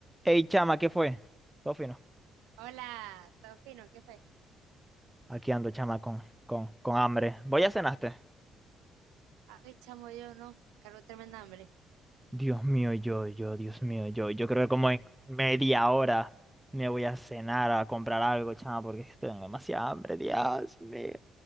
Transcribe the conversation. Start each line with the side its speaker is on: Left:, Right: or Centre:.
Centre: Ey, chama, ¿qué fue? Todo fino.
Right: Hola, ¿todo fino? ¿Qué fue?
Centre: Aquí ando, chama, con, con, con hambre. ¿Voy a cenaste?
Right: Ay, chamo, yo no. Cargo tremenda hambre.
Centre: Dios mío, yo, yo, Dios mío, yo. Yo creo que como en media hora me voy a cenar a comprar algo, chama, porque es que tengo demasiada hambre, Dios mío.